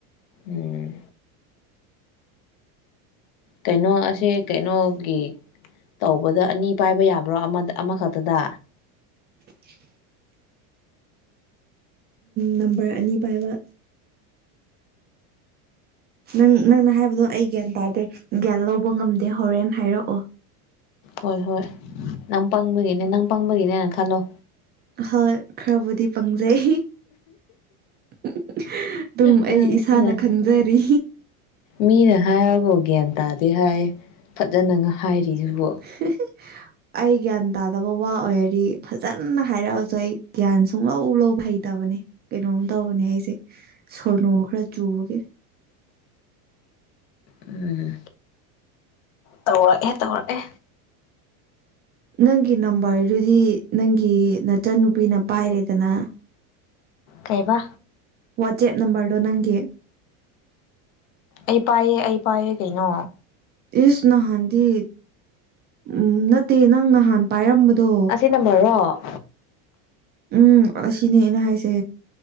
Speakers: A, on the left (about 65°); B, on the right (about 25°).
A: ꯎꯝ ꯀꯩꯅꯣ ꯑꯁꯦ ꯀꯩꯅꯣꯒꯤ ꯇꯧꯕꯗ ꯑꯅꯤ ꯄꯥꯏꯕ ꯌꯥꯕ꯭ꯔꯣ ꯑꯃꯗ ꯑꯃꯈꯛꯇꯗ
B: <inaudible> ꯅꯝꯕꯔ ꯑꯅꯤ ꯄꯥꯏꯕ ꯅꯪ ꯅꯪꯅ ꯍꯥꯏꯕꯗꯣ ꯑꯩ ꯒ꯭ꯌꯥꯟ ꯇꯥꯗꯦ ꯒ꯭ꯌꯥꯟ ꯂꯧꯕ ꯉꯝꯗꯦ ꯍꯣꯔꯦꯟꯅ ꯍꯥꯏꯔꯛꯑꯣ
A: ꯍꯣꯏ ꯍꯣꯏ ꯅꯪ ꯄꯪꯕꯒꯤꯅꯦ ꯅꯪ ꯄꯪꯕꯒꯤꯅꯦꯅ ꯈꯜꯂꯣ
B: ꯍꯣꯏ ꯈꯔꯕꯨꯗꯤ ꯄꯪꯖꯩ ꯑꯗꯨꯝ
A: ꯃꯤꯅ
B: ꯑꯩ ꯏꯁꯥꯅ ꯈꯪꯖꯔꯤ
A: ꯃꯤꯅ ꯍꯥꯏꯔꯕ ꯒ꯭ꯌꯥꯟ ꯇꯥꯗꯦ ꯍꯥꯏ ꯐꯖꯅ ꯍꯥꯏꯔꯤꯁꯤꯕꯨ
B: <unintelligible> ꯑꯩ ꯒ꯭ꯌꯥꯟ ꯇꯥꯗꯕ ꯋꯥ ꯑꯣꯏꯔꯤ ꯐꯖꯅ ꯍꯥꯏꯔꯛꯑꯁꯨ ꯑꯩ ꯒ꯭ꯌꯥꯟ ꯁꯨꯡ ꯂꯧ ꯂꯧꯕ ꯍꯩꯇꯕꯅꯤ ꯀꯩꯅꯣꯝ ꯇꯧꯕꯅꯦ ꯑꯩꯁꯦ ꯁꯣꯅꯨ ꯈꯔ ꯆꯨꯕꯒꯦ
A: ꯎꯝ ꯇꯧꯔꯛꯑꯦ ꯇꯧꯔꯛꯑꯦ
B: ꯅꯪꯒꯤ ꯅꯝꯕꯔꯗꯨꯗꯤ ꯅꯪꯒꯤ ꯅꯠꯇ꯭ꯔ ꯅꯨꯄꯤꯅ ꯄꯥꯏꯔꯦꯗꯅ
A: ꯀꯩꯕ
B: ꯋꯥꯆꯦꯞ ꯅꯝꯕꯔꯗꯣ ꯅꯪꯒꯤ
A: ꯑꯩ ꯄꯥꯏꯌꯦ ꯑꯩ ꯄꯥꯏꯌꯦ ꯀꯩꯅꯣ
B: ꯏꯁ ꯅꯍꯥꯟꯗꯤ ꯎ ꯅꯠꯇꯦ ꯅꯪ ꯅꯍꯥꯟ ꯄꯥꯏꯔꯝꯕꯗꯣ
A: ꯅꯝꯕꯔꯣ
B: ꯎꯝ ꯑꯁꯤꯅꯦ ꯑꯩꯅ ꯍꯥꯏꯁꯦ